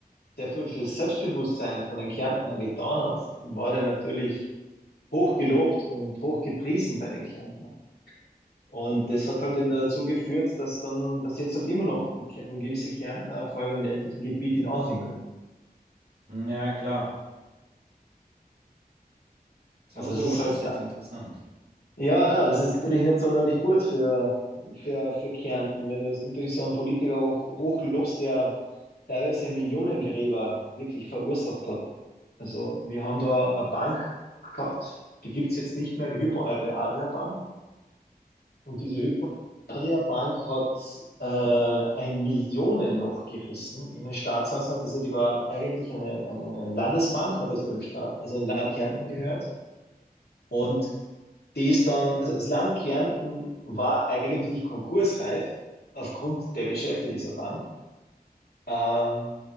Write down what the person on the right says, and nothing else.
Hm, Ja, klar. So,
so,
das
ist ja sehr interessant.